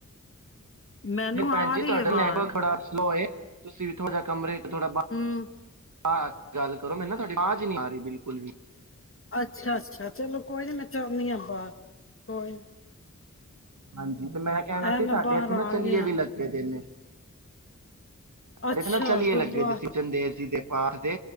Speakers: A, on the left; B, on the right.
A: ਮੈਨੂੰ
B: ਤੇ ਭੈਣ
A: ਆ
B: ਜੀ
A: ਰਹੀ
B: ਤੁਹਾਡਾ
A: ਆਵਾਜ਼
B: ਨੈਟਵਰਕ ਸਲੋ ਏ। ਤੁਸੀਂ ਵੀ ਥੋੜਾ ਕਮਰੇ ਥੋੜਾ ਬਾ
A: ਹਮ
B: ਆ, ਗੱਲ ਕਰੋ ਮੈਨਾ ਤੁਆਡੀ ਵਾਜ ਨੀ ਆ ਰਈ ਬਿਲਕੁਲ ਵੀ।
A: ਅੱਛਾ, ਅੱਛਾ। ਚਲੋ ਕੋਈ ਨੀ ਮੈਂ ਜਾਨੀ ਆ ਬਾਰ, ਕੋਈ ਨੀ।
B: ਹਾਂਜੀ, ਤੇ ਮੈਂ ਕੈਣਾ
A: ਇਹ
B: ਸੀ
A: ਮੈਂ
B: ਸਾਡੇ
A: ਬਾਹਰ
B: ਏੱਥੇ ਨਾ
A: ਆ
B: ਚਲੀਏ
A: ਗਈ ਆ
B: ਵੀ ਲੱਗੇ ਦੇ ਨੇ।
A: ਅੱਛਾ
B: ਏਥੇ ਚਲੀਏ
A: ਗੁਰਦੁਆਰਾ
B: ਲਗੇ ਦੇ ਸੀ <unintelligible> ਪਾਠ ਦੇ